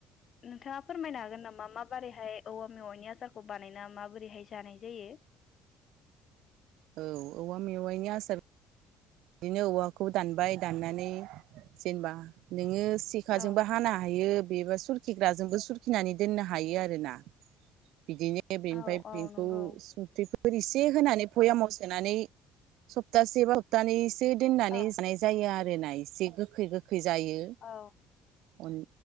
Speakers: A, on the left; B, on the right.
A: नोंथाङा फोरमायनो हागोन नामा माबोरैहाय औवा मेवाइनि आसारखौ बानायना माबोरैहाय जानाय जायो।
B: औ औवा मेवायनि आसार बिदिनो औवाखौ दानबाय दाननानै जेनेबा नोङो सिखाजोंबो
A: औ
B: हानो हायो। बेबा सुरखिग्राजोंबो सुरखिनानै दोननो हायो आरो ना। बिदिनो बेनिफ्राय
A: औ औ
B: बेखौ
A: नंगौ
B: सं <unintelligible> फोर एसे होनानै भयामाव सोनानै सप्तासे बा दानिस ए दोननानै
A: औ
B: जानाय जायो आरो नाय एसे गोखै गो फैजायो
A: औ
B: अन